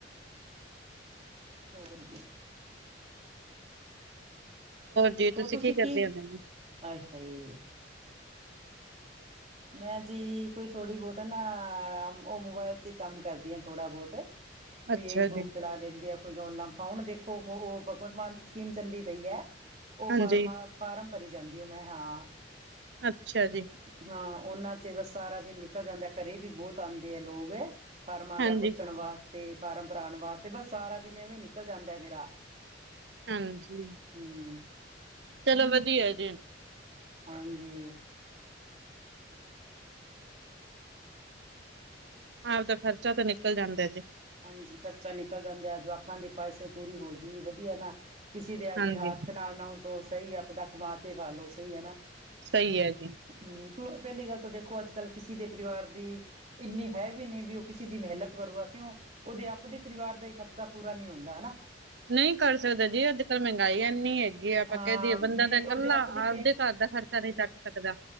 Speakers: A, on the right; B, on the right.
A: ਹੋਰ ਜੀ
B: ਜੀ,
A: ਹੋਰ, ਤੁਸੀਂ
B: ਕਰਦੇ
A: ਕੀ
B: ਹੁੰਦੇ ਜੀ?
A: ਆਏ ਹਾਏ ਮੈਂ ਜੀ ਕੋਈ ਥੋੜੀ ਬੋਤ, ਨਾ ਉਹ ਮੋਬਾਇਲ ਚ ਹੀ ਕੰਮ ਕਰਦੀ ਆ, ਥੋੜਾ ਬੋਤ ਕੋਈ
B: ਅੱਛਾ
A: ਏਪ ਊਪ
B: ਜੀ,
A: ਚਲਾ ਲੈਂਦੀ ਆ ਕੋਈ ਲੰਫਾ ਹੁਣ ਦੇਖੋ, ਓ ਭਗਵੰਤ ਮਾਨ ਦੀ ਸਕੀਮ ਚੱਲਦੀ ਪਈ ਐ, ਓ
B: ਹਾਂਜੀ,
A: ਫਾਰਮਾਂ ਫਾਰਮ ਭਰੀ ਜਾਂਦੀ ਓ ਮੈਂ ਹਾਂ
B: ਅੱਛਾ ਜੀ।
A: ਹਾਂ, ਉਹਨਾਂ ਚ ਬਸ ਸਾਰਾ ਦਿਨ ਨਿਕਲ ਜਾਂਦਾ ਘਰੇ ਵੀ ਬੋਤ ਆਉਂਦੇ ਆ ਲੋਗ ਫਾਰਮਾਂ
B: ਹਾਂਜੀ,
A: ਦਾ ਪੁੱਛਣ ਵਾਸਤੇ, ਫਾਰਮ ਭਰਾਉਣ ਵਾਸਤੇ ਬਸ ਸਾਰਾ ਦਿਨ ਐਵੇਂ ਨਿਕਲ ਜਾਂਦਾ ਮੇਰਾ
B: ਹਾਂਜੀ,
A: ਹਮ
B: ਚਲੋ ਵਧੀਆ ਜੀ
A: ਹਾਂ ਜੀ,
B: ਆਪਦਾ ਖਰਚਾ ਤਾਂ ਨਿਕਲ ਜਾਂਦਾ ਜੇ
A: ਹਾਂਜੀ ਖਰਚਾ ਨਿਕਲ ਜਾਂਦਾ ਜਵਾਕਾਂ ਦੀ ਖੁਵਾਇਸੇ਼ ਪੂਰੀ ਹੋਜੂਗੀ ਵਧੀਆ ਨਾ ਕਿਸੇ ਦੇ ਅਗੇ
B: ਹਾਂਜੀ,
A: ਹੱਥ ਨਾਲ ਨਾਓ ਤੋ ਸਈ ਆਪਦਾ ਕਮਾ ਕੇ ਖਾ ਲਓ, ਸਈ ਹੈ ਨਾ
B: ਸਈ ਹੈ, ਜੀ
A: ਹੂੰ, ਪਹਿਲੀ ਗੱਲ ਤਾਂ ਦੇਖੋ ਅੱਜ-ਕੱਲ ਕਿਸੀ ਦੇ ਪਰਿਵਾਰ ਦੀ ਇੰਨੀ ਹੈ ਵੀ ਨਹੀਂ ਵੀ ਉਹ ਕਿਸੇ ਦੀ ਹੈਲਪ ਕਰੂਗਾ ਕਿਉਂ, ਓਦੇ ਆਪਦੇ ਪਰਿਵਾਰ ਦਾ ਹੀ ਖਰਚਾ ਪੂਰਾ ਨਈ ਹੁੰਦਾ, ਹੈ ਨਾ
B: ਨਈ ਕਰ ਸਕਦੇ ਜੀ, ਅੱਜ-ਕੱਲ ਮਹਿੰਗਾਈ ਐੰਨੀ ਐ ਜੇ ਆਪਾਂ
A: ਹਾਂ
B: ਕੈ ਦਈਏ ਬੰਦਾ
A: ਵੀ
B: ਤਾਂ
A: ਉਹਦੇ
B: ਕੱਲਾ,
A: ਆਪਦੀ
B: ਆਪਦੇ ਘਰ ਦਾ ਖਰਚਾ ਨਈ ਚੱਕ ਸਕਦਾ